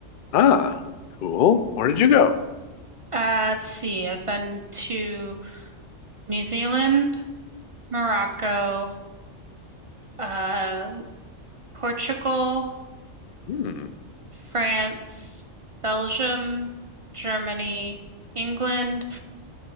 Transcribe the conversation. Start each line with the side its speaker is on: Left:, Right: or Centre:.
Left: Ah, cool. Where did you go?
Right: Uh, let's see. I've been to New Zealand, Morocco, uh, Portugal,
Left: Hmm.
Right: France, Belgium, Germany, England.